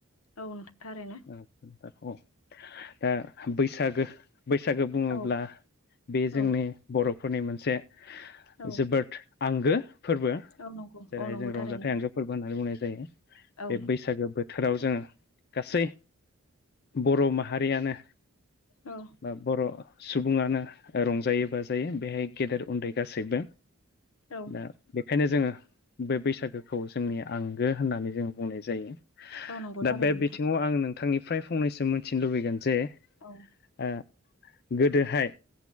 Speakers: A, on the left (about 75°); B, on the left (about 50°).
A: औ नोंथां थारैनो
B: दा बैसागो बैसागो बुङोब्ला
A: औ
B: बे जोंनि
A: औ
B: बर'फोरनि मोनसे
A: औ
B: जोबोद आंगो फोरबो
A: औ नंगौ
B: जेरैहाय
A: औ नंगौ
B: जों रंजाथाइ
A: थारैनो
B: आंगो फोरबो होननानै बुंनाय जायो
A: औ
B: बे बैसागो बोथोराव जोङो गासै बर' माहारियानो
A: औ
B: बा बर' सुबुङानो रंजायो बाजायो बेहाय गेदेर उन्दै गासैबो
A: औ
B: दा बेखायनो जोङो बै बैसागोखौ जोंनि आंगो होननानै जोङो बुंनाय जायो
A: औ नंगौ
B: दा
A: थारैनो
B: बे
A: नोंथां
B: बिथिङाव आं नोंथांनिफ्राय फंनैसो मिथिनो लुबैगोन जे
A: औ
B: ओ गोदोहाय